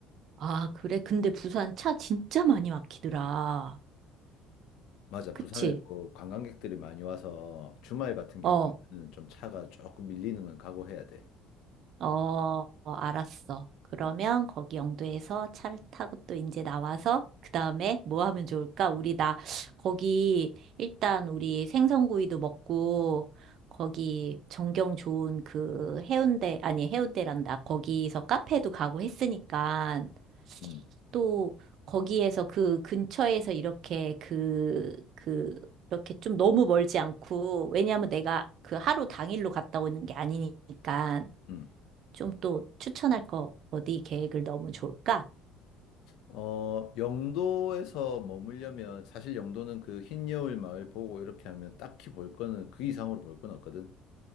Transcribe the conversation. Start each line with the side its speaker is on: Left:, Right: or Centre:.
Right: 아, 그래. 근데 부산 차 진짜 많이 막히더라.
Left: 맞아.
Right: 그치?
Left: 부산에도 관광객들이 많이 와서 주말 같은 경우에는
Right: 어,
Left: 좀 차가 조금 밀리는 건 각오해야 돼.
Right: 어, 어, 알았어. 그러면
Left: 음,
Right: 거기 영도에서 차를 타고 또 이제 나와서 그 다음에 뭐 하면 좋을까? 우리 나 거기 일단 우리 생선구이도 먹고 거기 전경 좋은 그 해운대 아니 해운대란다. 거기서 카페도 가고 했으니까
Left: 음,
Right: 또 거기에서 그 근처에서 이렇게 그, 그, 이렇게 좀 너무 멀지 않고, 왜냐하면 내가 그 하루 당일로 갔다 오는 게 아니니까.
Left: 음.
Right: 좀 또 추천할 거 어디 계획을 넣으면 좋을까?
Left: 어, 영도에서 머물려면 사실 영도는 그 흰여울 마을 보고 이렇게 하면 딱히 볼 거는 그 이상으로 볼 건 없거든.